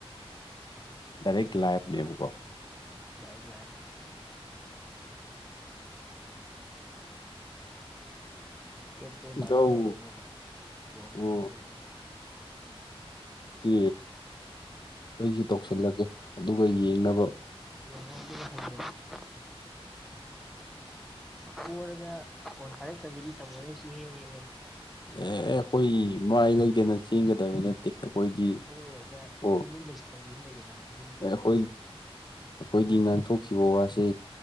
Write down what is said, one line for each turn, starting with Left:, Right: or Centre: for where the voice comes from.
Left: ꯗꯔ ꯂꯥꯏꯐꯅꯦꯕꯀꯣ
Centre: ꯂꯩꯏꯕ꯭ꯔꯦ ꯑꯦꯞꯇꯣ ꯗꯥꯎꯟꯂꯣꯗ
Left: ꯏꯇꯥꯎ
Centre: ꯇꯧꯗꯣꯏꯅꯦꯕ ꯀ꯭ꯔꯣꯝꯗꯒꯤ
Left: ꯑꯣ
Centre: ꯇꯧꯔꯒ
Left: ꯁꯤ ꯑꯩꯁꯤ ꯇꯧꯁꯜꯂꯒꯦ ꯑꯗꯨꯒ ꯌꯦꯡꯅꯕ
Centre: ꯌꯉ <unintelligible>
Left: <inaudible>
Centre: ꯀꯔꯒ ꯐꯣꯟ ꯐꯔꯦꯛꯇꯕꯤꯗꯤ ꯇꯝꯒꯅꯣꯏꯁꯤ ꯍꯦꯛ ꯍꯦꯛ ꯍꯦꯡ
Left: ꯑꯦ ꯑꯩꯈꯣꯏ ꯃꯥꯏ ꯂꯩꯗꯅ ꯆꯦꯟꯒꯗꯕ ꯅꯠꯇꯦ ꯑꯩꯈꯣꯏꯗꯤ
Centre: ꯍ
Left: ꯑꯣ
Centre: ꯇꯨ ꯃꯤꯟ ꯂꯩ ꯏ ꯍ ꯂꯩꯗꯅ ꯑꯗꯨꯗꯤ ꯇꯧꯅꯔꯁꯤ
Left: ꯑꯩꯈꯣꯏ ꯑꯩꯈꯣꯏꯗꯤ ꯉꯥꯟꯊꯣꯛ ꯎꯈꯤꯕ ꯋꯥꯁꯦ